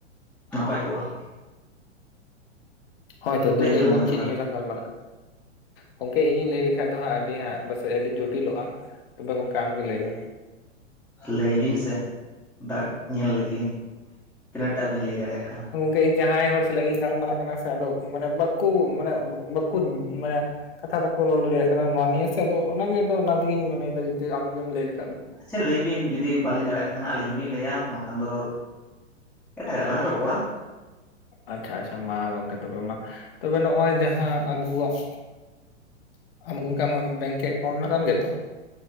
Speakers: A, in the centre; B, on the left.
A: ᱱᱟᱯᱟᱭ ᱠᱚᱜᱼᱟ ᱾
B: ᱦᱚᱭ ᱛᱚ ᱟᱫᱚ
A: ᱛᱟᱞᱟᱝ
B: ᱞᱟᱹᱭ ᱵᱮᱱ
A: ᱢᱮ ᱛᱚᱵᱮ
B: ᱪᱮᱫ ᱱᱤᱭᱟᱹ ᱞᱟᱝ ᱜᱟᱞᱢᱟᱨᱟᱜᱼᱟ? ᱜᱚᱝᱠᱮ ᱤᱧᱤᱧ ᱞᱟᱹᱭ ᱞᱮᱠᱷᱟᱡ ᱫᱚ ᱦᱟᱸᱜ ᱟᱹᱰᱤ ᱦᱟᱸᱜ ᱵᱟᱥᱮᱜ ᱟᱹᱰᱤ ᱡᱚᱴᱤᱞᱚᱜᱼᱟ! ᱛᱚᱵᱮ ᱜᱚᱝᱠᱮ ᱟᱢ ᱜᱮ ᱞᱟᱹᱭ ᱵᱮᱱ ᱾
A: ᱞᱟᱹᱭ ᱵᱤᱱ ᱥᱮ ᱫᱟᱜ ᱧᱮᱞ ᱞᱮᱜᱤᱞᱤᱧ ᱛᱤᱱᱟᱹᱜ ᱴᱟ ᱵᱤᱱ ᱞᱟᱹᱭ ᱫᱟᱲᱮᱭᱟᱜ ᱠᱟᱱᱟ!
B: ᱥᱮ ᱤᱧ ᱡᱟᱦᱟᱸᱭ ᱦᱚᱲ ᱥᱟᱞᱟᱜ ᱤᱧ ᱜᱟᱞᱢᱟᱨᱟᱜ ᱠᱟᱱᱟ ᱥᱮ ᱟᱫᱚ ᱢᱟᱱᱮ ᱵᱟᱹᱠᱩ ᱢᱟᱱᱮ ᱵᱟᱹᱠᱩᱫ ᱢᱟᱱᱮ ᱠᱟᱛᱷᱟ ᱵᱟᱹᱠᱚ ᱨᱚᱲ ᱫᱟᱲᱮᱭᱟᱜ ᱠᱟᱱᱟ ᱱᱚᱣᱟ ᱱᱤᱭᱟᱹ ᱥᱮ ᱟᱫᱚ ᱚᱱᱟ ᱜᱮ ᱟᱫᱚ ᱚᱱᱟ ᱛᱤᱜᱤᱧ ᱢᱚᱱᱮᱭ ᱫᱟ ᱡᱩᱫᱤ ᱟᱢ ᱜᱮᱢ ᱞᱟᱹᱭ ᱞᱮ
A: ᱟᱪᱪᱷᱟ ᱞᱟᱹᱭ ᱵᱤᱱ ᱡᱩᱫᱤ ᱵᱟᱞᱤᱧ ᱫᱟᱲᱮᱭᱟᱜ ᱠᱷᱟᱱ ᱟᱞᱤᱧ ᱦᱚᱸ ᱞᱤᱧ ᱞᱟᱹᱭᱟ, ᱵᱟᱝᱠᱷᱟᱱ ᱫᱚ ᱮᱴᱟ ᱜᱟᱜ ᱞᱟᱝ ᱨᱚᱯᱚᱲᱟ᱾
B: ᱟᱪᱪᱷᱟ ᱟᱪᱷᱟ ᱢᱟ ᱜᱚᱝᱠᱮ ᱛᱚᱵᱮ ᱢᱟ, ᱛᱚᱵᱮ ᱱᱚᱜᱼᱚᱭ ᱡᱟᱦᱟᱸ ᱟᱵᱩᱣᱟᱜ ᱟᱢ ᱜᱚᱝᱠᱮ ᱟᱢᱟᱜ ᱵᱮᱝᱠᱮ ᱮᱠᱟᱣᱩᱱᱴ ᱢᱮᱱᱟᱜ ᱛᱟᱢ ᱜᱮᱭᱟ ᱛᱚ?